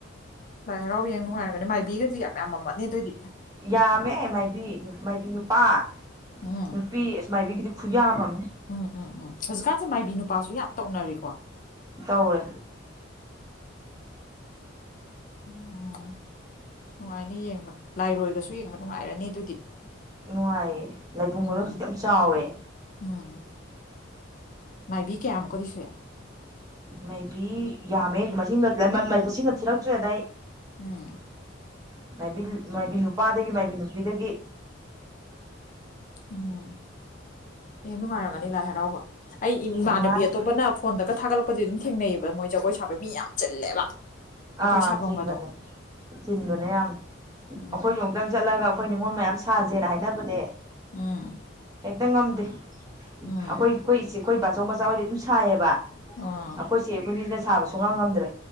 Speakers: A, on the left; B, on the right.
A: ꯂꯥꯏ ꯍꯔꯥꯎ ꯌꯦꯡ ꯅꯨꯡꯉꯥꯏꯔꯒꯅꯦ ꯃꯥꯏꯕꯤꯒꯁꯨ ꯌꯥꯝ ꯌꯥꯝꯃꯝꯃꯅꯤ ꯑꯗꯨꯏꯗꯤ
B: ꯌꯥꯝꯃꯦ ꯃꯥꯏꯕꯤ ꯃꯥꯏꯕꯤ ꯅꯨꯄꯥ
A: ꯎꯝ
B: ꯅꯨꯄꯤ ꯑꯁ ꯃꯥꯏꯕꯤꯒꯤꯗꯤ ꯈꯨꯌꯥꯝ ꯑꯝꯅꯦ
A: ꯎꯝ ꯎꯝ ꯎꯝ ꯍꯧꯖꯤꯛꯀꯥꯟꯁꯦ ꯃꯥꯏꯕꯤ ꯅꯨꯄꯥꯁꯨ ꯌꯥꯝ ꯇꯧꯅꯔꯤꯀꯣ
B: ꯇꯧꯋꯦ
A: ꯎꯝ ꯅꯨꯡꯉꯥꯏꯅꯤ ꯌꯦꯡꯕ ꯂꯥꯏꯔꯣꯏꯒꯁꯨ ꯌꯦꯡꯕ ꯅꯨꯡꯉꯥꯏꯔꯅꯤ ꯑꯗꯨꯗꯤ
B: ꯅꯨꯡꯉꯥꯏꯌꯦ ꯂꯥꯏꯕꯨꯡꯒꯗꯣ
A: ꯎꯝ
B: ꯍꯧꯖꯤꯛꯇꯤ ꯌꯥꯝ ꯆꯥꯎꯔꯦ
A: ꯎꯝ ꯃꯥꯏꯕꯤ ꯀꯌꯥꯃꯨꯛꯀꯗꯤ ꯁꯨꯏ
B: ꯃꯩꯕꯤ ꯌꯥꯝꯃꯦ ꯃꯁꯤꯡꯒ ꯃꯁꯤꯡꯒ ꯊꯤꯔꯛꯇ꯭ꯔꯦꯗ ꯑꯩ
A: ꯎꯝ
B: ꯃꯥꯏꯕꯤ ꯃꯥꯏꯕꯤ ꯅꯨꯄꯥꯗꯒꯤ ꯃꯥꯏꯕꯤ ꯅꯨꯄꯤꯗꯒꯤ
A: ꯎꯝ ꯑꯦ ꯅꯨꯡꯉꯥꯏꯔꯝꯒꯅꯤ ꯂꯥꯏ ꯍꯔꯥꯎꯕ ꯑꯩ ꯏꯃꯥꯟꯅꯕꯤ
B: ꯅꯨꯡꯉꯥꯏ
A: ꯑꯇꯣꯞꯄꯅ ꯐꯣꯟꯗꯒ ꯊꯥꯒꯠꯂꯛꯄꯗꯤ ꯑꯗꯨꯝ ꯊꯦꯡꯅꯩꯌꯦꯕ ꯃꯣꯏ ꯖꯒ ꯁꯥꯕ ꯃꯤ ꯌꯥꯝ ꯆꯤꯜꯂꯦꯕ ꯖꯥꯒꯣꯏ
B: ꯑꯥ
A: ꯁꯥꯐꯝꯒꯗꯣ
B: ꯆꯤꯟꯕꯅꯦ ꯆꯤꯟꯕꯅꯦ
A: ꯎꯝ
B: ꯌꯥꯝ
A: ꯎꯝ
B: ꯑꯩꯈꯣꯏꯁꯨ ꯑꯃꯨꯛꯇꯪ ꯆꯠꯂꯒ ꯑꯩꯈꯣꯏ ꯅꯤꯉꯣꯜ ꯃꯌꯥꯝ ꯁꯥꯁꯦꯅ ꯍꯥꯏꯅꯕꯅꯦ
A: ꯎꯝ
B: ꯍꯦꯛꯇ ꯉꯝꯗꯦ ꯑꯩꯈꯣꯏ
A: ꯎꯝ
B: ꯑꯩꯈꯣꯏ ꯏꯆꯦ ꯑꯩꯈꯣꯏ ꯕꯥꯆꯧ ꯃꯆꯥꯍꯣꯏꯗꯤ ꯑꯗꯨꯝ ꯁꯥꯏꯌꯦꯕ
A: ꯑꯥ
B: ꯑꯩꯈꯣꯏ ꯆꯦ ꯑꯩꯈꯣꯏꯅꯤꯁꯤꯅ ꯁꯥꯕꯁꯨ ꯁꯨꯡꯉꯝ ꯉꯝꯗ꯭ꯔꯦ